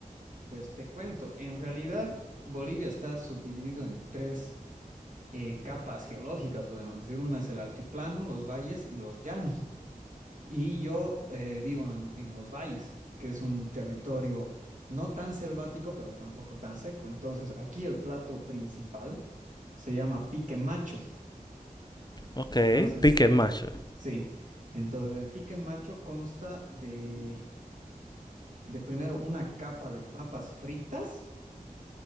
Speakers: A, on the right; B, on the left.
A: Pues te cuento, en realidad Bolivia está subdividido en tres eh, capas geológicas, podemos decir. Una es el altiplano, los valles y los llanos. Y yo eh, vivo en, en los valles, que es un territorio no tan selvático, pero tampoco tan seco. Entonces, aquí el plato principal se llama pique macho.
B: Ok,
A: Entonces,
B: pique
A: el,
B: macho.
A: sí, entonces el pique macho consta de, de primero una capa de papas fritas,